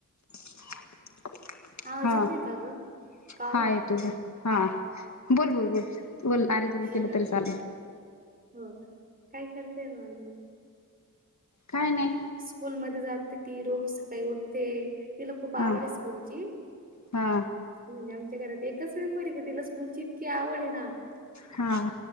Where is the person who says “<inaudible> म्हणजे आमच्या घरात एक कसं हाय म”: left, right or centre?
Right